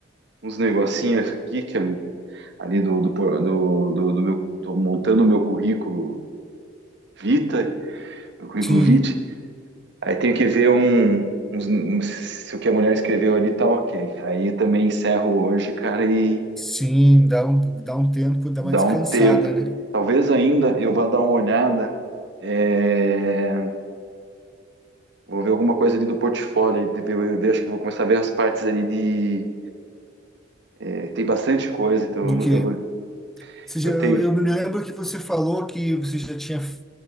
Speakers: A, on the right; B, in the centre.
A: uns negocinhos aqui que é ali do do, por- do, do, do meu tô montando o meu currículo Vita o currículo
B: Sim,
A: vitae. Aí tenho que ver um, uns- um- se o que a mulher escreveu ali tá ok. Aí também encerro hoje, cara, e
B: sim, dá um, dá um tempo, dá
A: dá
B: uma descansada,
A: um tempo.
B: né?
A: Talvez ainda eu vá dar uma olhada. é, Vou ver alguma coisa ali do portfólio. de ver- Eu, ver- acho que vou começar a ver as partes ali de. é, tem bastante coisa, então
B: Do quê?
A: eu, eu,
B: Você já-
A: eu tenho.
B: eu, eu me lembro que você falou que você já tinha f-